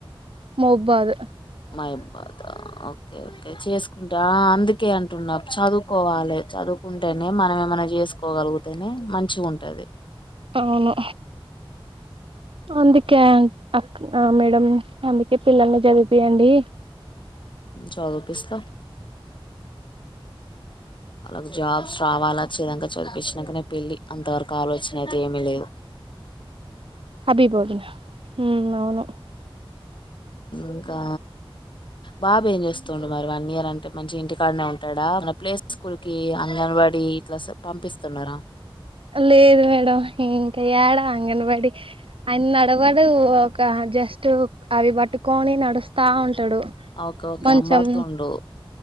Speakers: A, on the right; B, on the left.
A: మొబాదు
B: మయబాద ఓకే ఓకే చేసుకుంటా అందు కే అంటున్నా చదువుకోవాలి చదువుకుంటేనే మనం ఏమన్నా చేసుకోగలిగితేనే మంచి గ ఉంటది
A: అవును అంద్ కెన్ అక్ మేడం అందుకే పిల్లల్ని చదివ్పియండి
B: చదివ్పిస్తా వాళ్ళకు జాబ్స్ రావాల వచ్చే దాక చదిపించ్చినకనే పెళ్లి అంత వరకు ఆలోచన అయితే ఏమీ లేదు
A: అబిబోదిన ఉమ్మ్ అవును
B: ఇంకా బాబు ఏం చేస్తుండు మరి వన్ ఇయర్ అంటే మంచి ఇంటికాడనే ఉంటాడా ఎమ్మన ప్లేస్ స్కూల్ కి అంగన్వాడి ఈ పంపిస్తున్నారా
A: లేదు మేడం ఇంకా ఏడా అంగన్వాడి ఆయన నడవడు ఒక జస్ట్ అవి పట్టుకొని నడుస్తా ఉంట
B: ఓకే ఓకే
A: కొంచం
B: అంబాడుతుండు